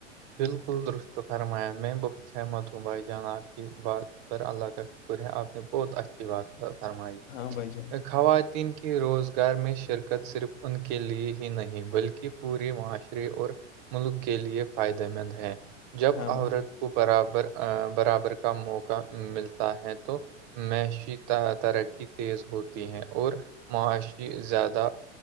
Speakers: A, on the right; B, on the left.
A: بالکل درست فرمایا میں بہت سہمت ہوں بھائی جان آ کی بات- پر اللہ کا شکر ہے آپ نے بہت اچھی بات فرمائی
B: ہاں بھائی جان
A: خواتین کی- کہ روزگار میں شرکت صرف ان کے لیے ہی نہیں بلکہ پورے معاشرے اور- ملک کے لیے فائدے مند ہیں جب
B: ہاں بھائی
A: عورت-
B: جان
A: برابر- برابر کا موقع ملتا ہے تو- میشی ترقی تیز ہوتی ہیں اور- معاشی زیادہ